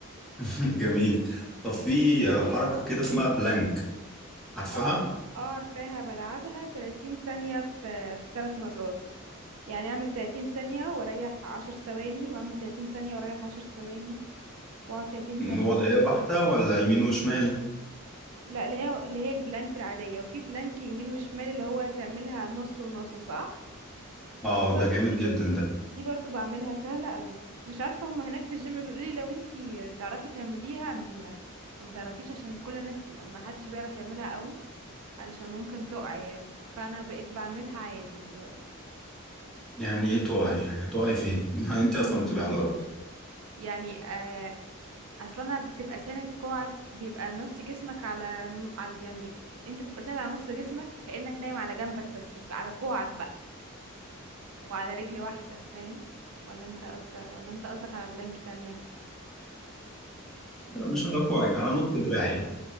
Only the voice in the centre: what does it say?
<laughs> جميل طب في حركة كده اسمها بلانك عارفها
وضعية
واحدة ولا يمين وشمال
اه
ده جامد
جدا ده
يعني ايه تقعي يعني هتقعي فين <laughs> انت اصلا بتبقي على الارض
لا مش على كوعك على نص دراعي